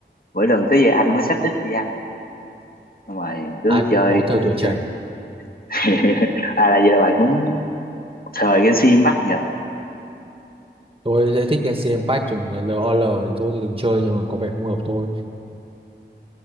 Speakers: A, on the left; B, on the right.
A: mỗi lần tới giờ ăn mới xách ít đi ăn Xong rồi cứ
B: ai cũng
A: chơi
B: có thời
A: cứ
B: tuổi trẻ
A: chơi <laughs> à là vậy là bạn cũng một thời game sim bắt nhờ
B: tôi rất thích Genshin Impact rồi là LOL thì tôi từng chơi nhưng mà có vẻ không hợp tôi